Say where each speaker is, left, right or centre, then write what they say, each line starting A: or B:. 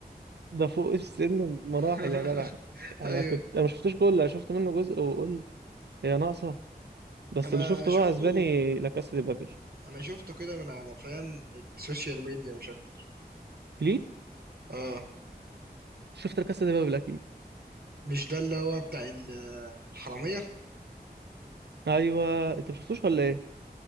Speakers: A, on the right; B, on the right.
A: ده فوق السن بمراحل
B: <laughs>
A: يا جدع انا
B: ايوه
A: كنت انا ما شفتوش كله أنا شفت منه جزء وقلت هي ناقصه بس
B: انا
A: اللي شفته
B: شفته
A: بقى اسباني لا كاسا دي بابل
B: انا شفته كده من على فاهم السوشيال ميديا مش اكتر
A: ليه
B: اه
A: شفت لا كاسا دي بابل اكيد
B: مش ده اللي هو بتاع ال- الحرامية
A: ايوه انت مشفتوش ولا ايه